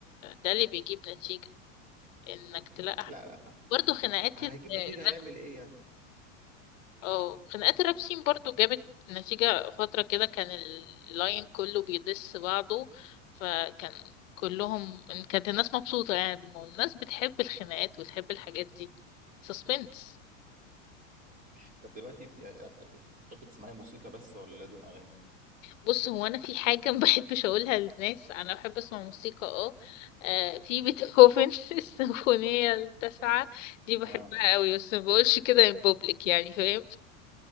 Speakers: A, on the left; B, on the right.
A: ده اللي بيجيب نتيجة انك تلاقي
B: مم.
A: حد
B: لا
A: برضه خناقات
B: هيجيب
A: ال- الراب
B: نتيجة هيعمل ايه يعني
A: اه خناقات الرابسين برضه جابت نتيجة فترة كده كان اللاين كله بيدس بعضه فكان كلهم إن كانت الناس مبسوطة يعني بالموضوع الناس بتحب الخناقات وتحب الحاجات دي سسبنس
B: مم. طب دلوقتي ب- يعني بتحب تسمعي موسيقى بس ولا لازم أغاني؟
A: بص هو انا في حاجه ما بحبش اقولها للناس انا بحب اسمع موسيقى اه آه، في بيتهوفن <laughs> السيمفونيه التاسعه دي بحبها
B: اه
A: قوي بس ما بقولش كده ان بوبليك يعني فاهم